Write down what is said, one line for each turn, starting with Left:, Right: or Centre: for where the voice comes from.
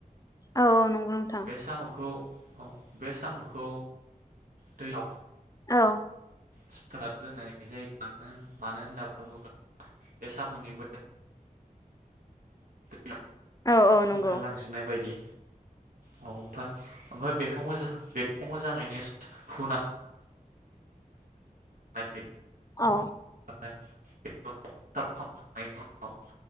Left: औ औ नंगौ नोंथां
Right: बे सामखौ औ बे सामखौ दैयाव
Left: औ
Right: सिखोन दोननाय जायो म मानो होनना बुङोब्ला बे साम'नि मो <unintelligible>
Left: औ औ नंगौ
Right: ओंखारलांजोबनाय बायदि औ ओमफ्राय ओमफ्राय बेखौ बेखौ मोजाङैनो हु <unintelligible>
Left: अ
Right: <unintelligible>